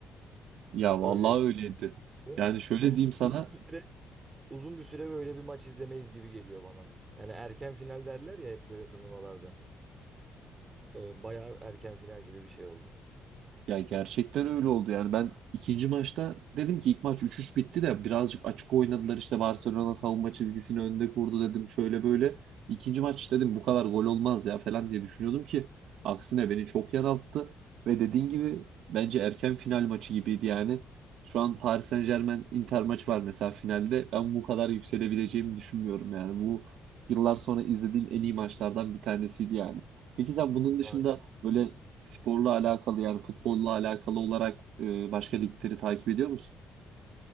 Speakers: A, on the right (about 80°); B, on the right (about 30°).
A: Ya vallahi
B: Öyle bir
A: öyleydi.
B: şey.
A: Yani şöyle
B: uzun
A: diyeyim sana.
B: uzun bir süre uzun bir süre böyle bir maç izlemeyiz gibi geliyor bana. Yani erken final derler ya hep böyle turnuvalarda. Ee, bayağı erken final gibi bir şey oldu.
A: Ya gerçekten öyle oldu yani ben ikinci maçta dedim ki ilk maç üç üç bitti de birazcık açık oynadılar işte Barcelona savunma çizgisini önde kurdu dedim şöyle böyle. İkinci maç dedim bu kadar gol olmaz ya falan diye düşünüyordum ki aksine beni çok yanılttı ve dediğin gibi bence erken final maçı gibiydi yani. Şu an Paris Saint-Germain Inter maç var mesela finalde ben bu kadar yükselebileceğimi düşünmüyorum yani bu yıllar sonra izlediğim en iyi maçlardan bir tanesiydi yani. Peki sen bunun dışında
B: Aynen.
A: böyle sporla alakalı yani futbolla alakalı olarak e, başka ligleri takip ediyor musun?